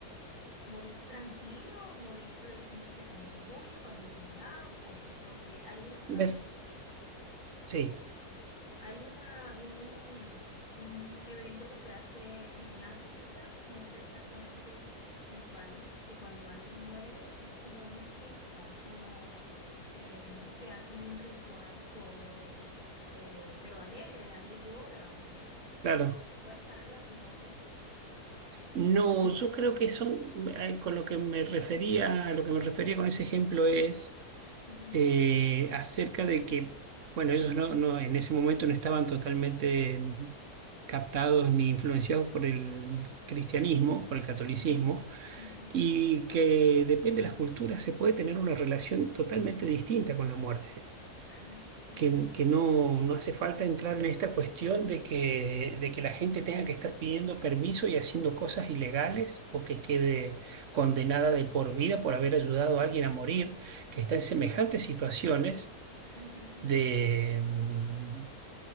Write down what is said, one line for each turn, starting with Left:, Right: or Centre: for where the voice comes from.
Left: morir tranquilo, o morir, eh, no sé, con orgullo, con dignidad o cómo, porque hay una,
Right: Ver, Sí,
Left: Hay una, un, un evento que se hace en África, no sé exactamente el país, que cuando alguien muere es como una fiesta, es como, eh, no sé, hacen un ritual todo, eh, pero alegre, nadie llora, o sea,
Right: claro.
Left: ¿crees que puede estar relacionado a eso?
Right: No, yo creo que son, eh, con lo que me refería, a lo que me refería con ese ejemplo es
Left: Ujú,
Right: eh, acerca de que, bueno, ellos no, no, en ese momento no estaban totalmente mm, captados ni influenciados por el cristianismo, por el catolicismo,
Left: ujú, ujú.
Right: y que depende de las culturas se puede tener una relación totalmente distinta con la muerte
Left: Ah, mm,
Right: que, que no, no hace falta entrar en esta cuestión de que, de que la gente tenga que estar pidiendo permiso y haciendo cosas ilegales o que
Left: ok.
Right: quede condenada de por vida por haber ayudado a alguien a morir, que está en semejantes situaciones
Left: Ujú,
Right: de, mm,